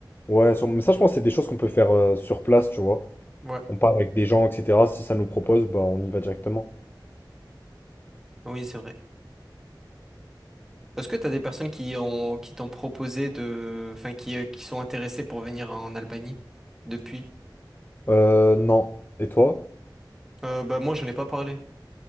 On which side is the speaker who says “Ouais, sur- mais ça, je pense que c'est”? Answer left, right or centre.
Left